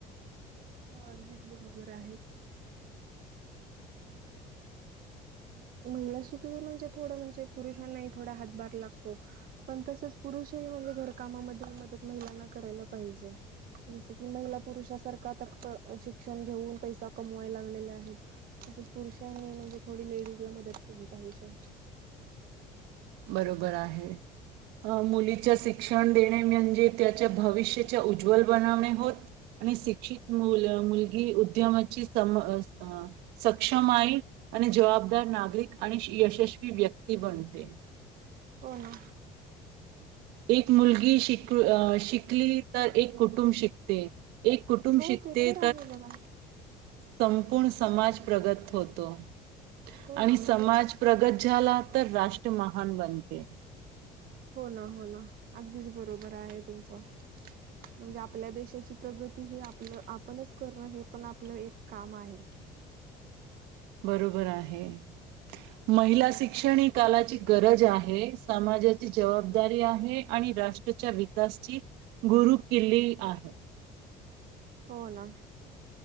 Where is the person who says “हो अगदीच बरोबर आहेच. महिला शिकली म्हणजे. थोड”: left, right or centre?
Right